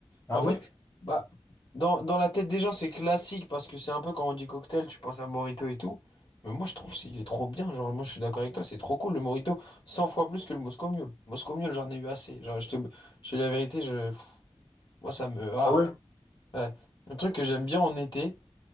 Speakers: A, on the left (about 35°); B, on the left (about 60°).
A: Ah
B: En
A: ouais?
B: fait, bah, dans, dans la tête des gens, c'est classique parce que c'est un peu quand on dit cocktail, tu penses à Morito et tout. Mais moi, je trouve c'est il est trop bien. Genre, moi, je suis d'accord avec toi, c'est trop cool le Morito. cent fois plus que le Moscow Mule. Moscow Mule, j'en ai eu assez. Genre, je te, je te dis la vérité, je, pff, moi, ça me. Ah,
A: Ah ouais?
B: ouais. Un truc que j'aime bien en été.